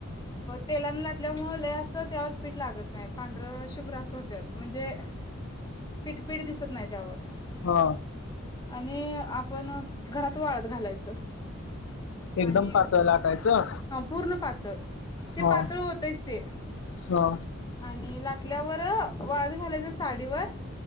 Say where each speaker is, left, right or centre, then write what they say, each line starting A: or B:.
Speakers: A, on the left; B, on the left.
A: तेलाने लाटल्यामुळे त्यावर पीठ लागत नाही पांढरं शुभ्र असं होत म्हणजे पीठपीठ दिसत नाही त्यावर.
B: हा
A: आणि आप पण घरात वाळत घालायचं.
B: एकदम
A: आणि
B: पातळ लाटायचं
A: ह पूर्ण पातळ ते
B: हा
A: पातळ होतच ते
B: हा
A: आणि लाटल्यावर वाळत घालायचं साडीवर